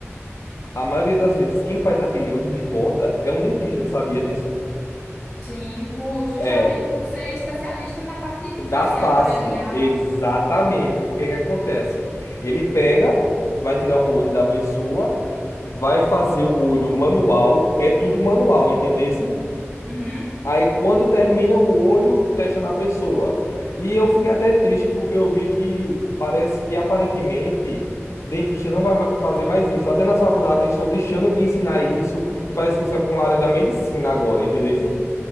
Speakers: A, on the left; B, in the centre.
A: a maioria das vezes quem faz aquele olho de volta é um dentista, tu sabia disso?
B: Sim, por, justamente
A: É,
B: por ser especialista na parte
A: Da
B: facial
A: face,
B: cranial,
A: exatamente.
B: né?
A: O que é que acontece? Ele pega, vai tirar o molde da pessoa, vai fazer o olho manual, é tudo manual, entendesse?
B: Uhum.
A: Aí quando termina o olho, testa na pessoa. E eu fiquei até triste porque eu vi que parece que aparentemente dentista não vai ma- fazer mais isso. Até na faculdade eles estão deixando de ensinar isso, que parece que isso vai para uma área da medicina agora, entendesse?